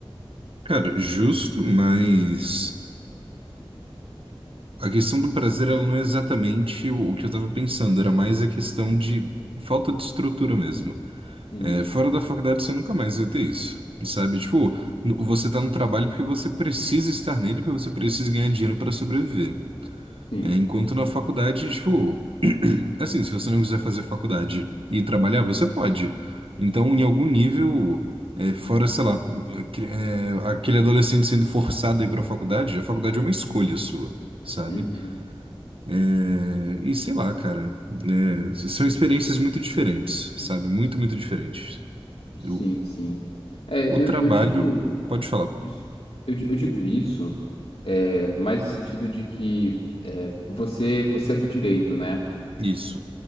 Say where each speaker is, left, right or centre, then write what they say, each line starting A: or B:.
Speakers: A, on the right; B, on the left.
A: Cara, justo, mas. A questão do prazer, ela não é exatamente o o que eu estava pensando, era mais a questão de falta de estrutura mesmo.
B: Hum,
A: É, fora da faculdade você nunca mais vai ter isso, sabe? Tipo, n- você tá no trabalho porque você precisa estar nele, porque você precisa ganhar dinheiro para sobreviver.
B: sim.
A: É, enquanto na faculdade, tipo, <clears throat> assim, se você não quiser fazer faculdade e trabalhar, você pode. Então, em algum nível, é, fora, sei lá, é, aquele adolescente sendo forçado a ir para a faculdade, a faculdade é uma escolha sua, sabe?
B: Uhum.
A: É, e sei lá, cara, né, são experiências muito diferentes, sabe? Muito, muito diferentes.
B: Sim,
A: O,
B: sim. É,
A: o
B: eu,
A: trabalho,
B: eu digo.
A: pode falar,
B: Isso- Eu, di- eu digo isso é, mais no sentido de que é, você, você é do direito, né?
A: isso.